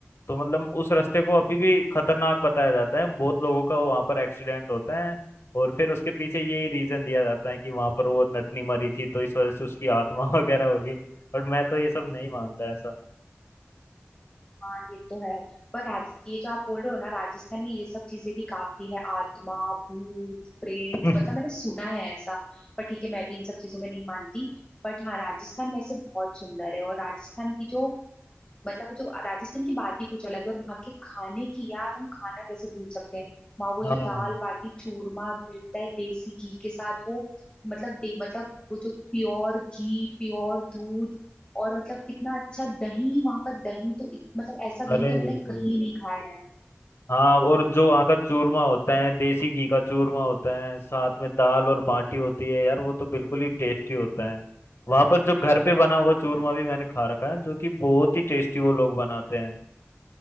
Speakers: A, on the left (about 65°); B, on the left (about 25°).
A: तो मतलब उस रास्ते को अभी भी खतरनाक बताया जाता है बहुत लोगों का वहां पर एक्सीडेंट होता है और फिर उसके पीछे यही रीजन दिया जाता है कि वहां पर वो नटनी मरी थी तो इस वजह से उसकी आत्मा <laughs> वगैरह होगी और मैं तो ये सब नहीं मानता ऐसा
B: हाँ ये तो है पर राज ये जो आप बोल रहे हो ना राजस्थान में ये सब चीजें भी काफी है आत्मा भूत प्रेत
A: <laughs>
B: मतलब मैंने सुना है ऐसा पर ठीक है मैं भी इन सब चीजों में नहीं मानती बट हाँ राजस्थान वैसे बहुत सुंदर है और राजस्थान की जो मतलब वो जो राजस्थान की बात ही कुछ अलग है और वहाँ के खाने की यार हम खाना कैसे भूल सकते हैं वहाँ वो
A: हाँ
B: जो दाल बाटी चूरमा मिलता है देसी घी के साथ वो मतलब दे मतलब वो जो प्योर घी प्योर दूध और मतलब कितना अच्छा दही वहाँ का दही तो इत- मतलब ऐसा दही
A: अरे
B: तो मैंने
A: बिल्कुल
B: कहीं
A: बिल्कुल।
B: नहीं खाया है
A: हाँ और जो वहाँ का चूरमा होता है देसी घी का चूरमा होता है साथ में दाल और बाटी होती है यार वो तो बिल्कुल ही टेस्टी होता है वहां पर जो घर पे बना हुआ चूरमा भी मैंने खा रखा है जो कि बहुत ही टेस्टी वो लोग बनाते हैं